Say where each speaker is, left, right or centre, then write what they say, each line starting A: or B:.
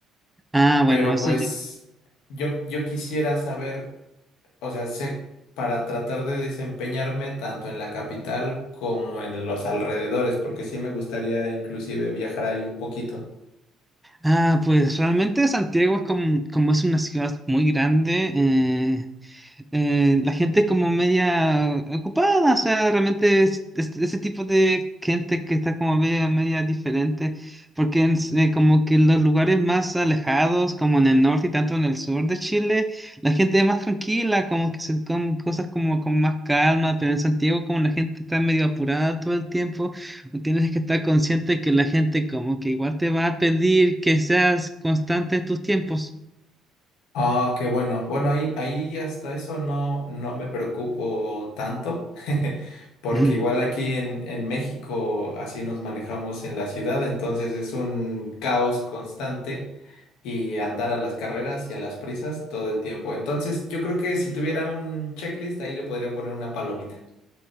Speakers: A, in the centre; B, on the left.
A: Ah,
B: pero
A: bueno, eso
B: pues
A: ya-
B: yo, yo quisiera saber, o sea, sé para tratar de desempeñarme tanto en la capital como en los alrededores, porque sí me gustaría inclusive viajar ahí un poquito.
A: Ah, pues realmente Santiago es como, como es una ciudad muy grande, eh, eh, la gente es como media ocupada, o sea, realmente es, es- ese tipo de gente que está como media, media diferente, porque en s- eh, como que en los lugares más alejados, como en el norte y tanto en el sur de Chile, la gente es más tranquila, como que se comen cosas como con más calma, pero en Santiago como la gente está medio apurada todo el tiempo, tienes que estar consciente que la gente como que igual te va a pedir que seas constante en tus tiempos.
B: Ah, qué bueno. Bueno, ahí, ahí hasta eso no, no me preocupo tanto, <laughs> porque
A: <laughs>
B: igual aquí en, en México así nos manejamos en la ciudad, entonces es un caos constante y andar a las carreras y a las prisas todo el tiempo. Entonces yo creo que si tuviera un checklist ahí le podría poner una palomita.